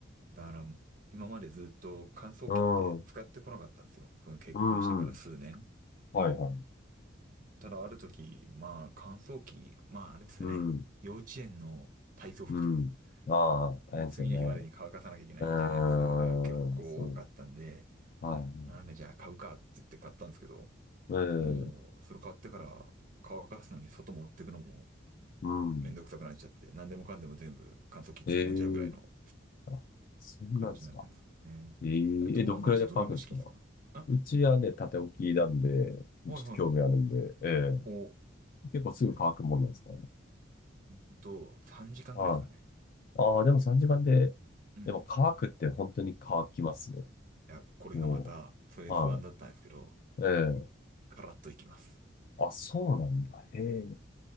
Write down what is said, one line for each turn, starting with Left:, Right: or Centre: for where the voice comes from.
Right: だから今までずっと乾燥機って使ってこなかったんですよ。
Left: うん。
Right: その結婚してから数年。
Left: うんうん。はいはい。
Right: ただある時、まあ乾燥機、まああれですよね。
Left: うん。
Right: 幼稚園の体操服とか、
Left: うん。ああ、大変ですよね。
Right: もう次の日までに乾かさなきゃいけないみたいなやつが結構多かったんで、
Left: うーん、そう。はい。
Right: なんでじゃあ買うかって言って買ったんですけど、
Left: ええ
Right: もうそれ買ってから乾かすのに外持ってくのも
Left: うん。
Right: めんどくさくなっちゃって、何でもかんでも全部乾燥機突っ込んじゃうぐらいの
Left: ええあ、そんなんですか。
Right: 感じになったんですよね。
Left: えええ、
Right: え、友野さんちドラム式ですかあ
Left: どんくらいで乾くんですかうちはね、縦置きなんで、
Right: はいはいはいは
Left: ちょっと興味あるんで、ええ。
Right: い。お、
Left: 結構すぐ乾くもんなんですか
Right: えっと、3時間ぐらいですかね。
Left: はい。ああ、でも3時間で、
Right: うん。
Left: でも乾くって本当に乾きますよ。
Right: いや、これがまた、
Left: も
Right: それ不安だったんですけど、
Left: う、はい。ええ。
Right: カラッといきます。
Left: あ、そうなんだ。へえ。